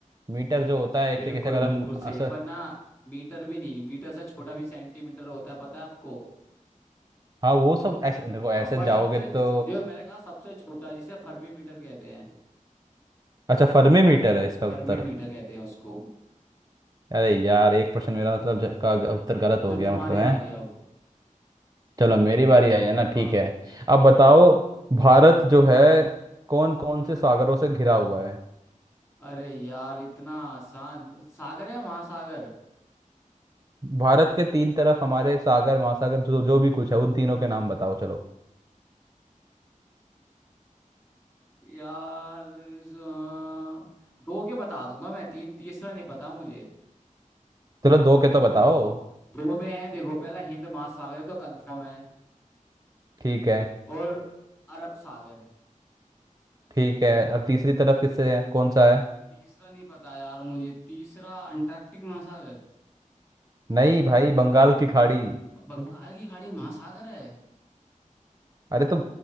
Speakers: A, on the right; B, on the left.
A: मीटर जो होता है एक
B: बिल्कुल
A: तरीके से अगर
B: बिल्कुल
A: हम
B: सही
A: असर
B: पर ना मीटर भी नहीं मीटर से छोटा भी सेंटीमीटर होता है पता है आपको
A: हाँ वो सब ऐसे
B: आ,
A: देखो ऐसे
B: पर
A: जाओगे
B: सबसे
A: तो
B: जो मैंने कहा सबसे छोटा जिसे फर्मी मीटर कहते हैं
A: अच्छा फर्मी मीटर है इसका उत्तर
B: फर्मी मीटर कहते हैं उसको
A: अरे यार एक प्रश्न मेरा मतलब ज- का ग- उत्तर गलत हो
B: तो
A: गया
B: तुम्हारी
A: मतलब है
B: बारी अब
A: चलो मेरी बारी आई है ना
B: हाँ
A: ठीक है अब बताओ भारत जो है कौन कौन से सागरों से घिरा हुआ है
B: अरे यार इतना आसान सागर या महासागर
A: भारत के तीन तरफ हमारे सागर महासागर जो जो भी कुछ है उन तीनों के नाम बताओ चलो
B: यार इस, अ, दो के बता दूंगा मैं तीन तीसरा नहीं पता मुझे
A: चलो दो के तो बताओ
B: दो में है देखो पहला हिंद महासागर तो कंफर्म है
A: ठीक है
B: और अरब सागर
A: ठीक है और तीसरी तरफ किससे है कौन सा है
B: तीसरा नहीं पता यार मुझे तीसरा अंटार्कटिक महासागर
A: नहीं भाई बंगाल की खाड़ी
B: बंगाल की खाड़ी महासागर है
A: अरे तो